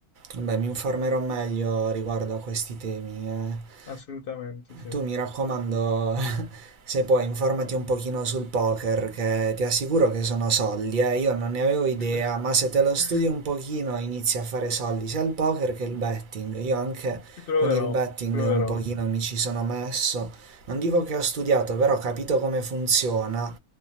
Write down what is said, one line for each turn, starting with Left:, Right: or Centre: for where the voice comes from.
Right: Vabbè, mi informerò meglio riguardo a questi temi. eh.
Left: assolutamente sì.
Right: Tu mi raccomando, Se puoi, informati un pochino sul poker, che ti assicuro che sono soldi, eh. Io non ne avevo idea,
Left: Ci, pro-
Right: ma se te lo studi
Left: <laughs>
Right: un pochino inizi a fare soldi sia il poker che il betting. Io anche
Left: ci proverò,
Right: con il betting
Left: ci proverò,
Right: un pochino mi ci sono messo. Non dico che ho studiato, però ho capito come funziona